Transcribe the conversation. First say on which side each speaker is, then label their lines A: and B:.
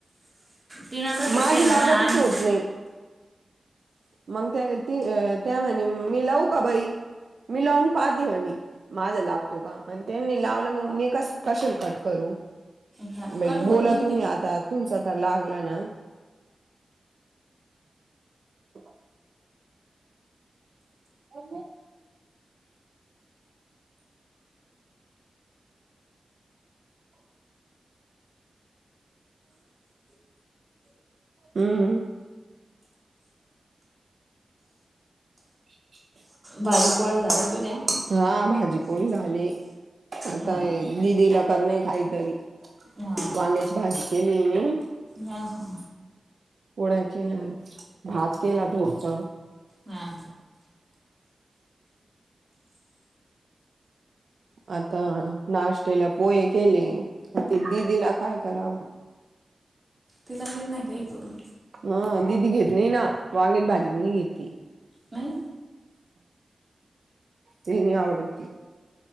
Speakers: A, on the right; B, on the right.
A: तिनं तसंच
B: माझ
A: केलं
B: लागतच
A: मा आणि
B: होत नाही मग त्या ती त्या म्हहि मी लाव का बाई मी लावून पाहते म्हणे माझा लागतो काम आणि त्यांनी लावलं मग मी कस कसे कट करू
A: हा कट
B: ई
A: होत
B: बोला
A: नाही ना
B: तुम्ही
A: ते
B: आता तुमचा तर लागला ना हो हो हम्म ह्
A: भाजी पोळ्या झाल्या तुझ्या
B: हा भाजीपोळी झाली आता
A: हा
B: दिदीला कर नाही काहीतरी
A: हा
B: वांग्याची भाजी केली मी
A: हा हा
B: पोळ्या केल्या भात केला थोडस.
A: हा.
B: आता नाश्टेला पोहे केले ते दिदीला काय कराव?
A: तिला दे नाही काही करू.
B: हा दिदी घेत नाही ना वांगची भाजी नाही ती
A: नाही
B: ती नाही आवडती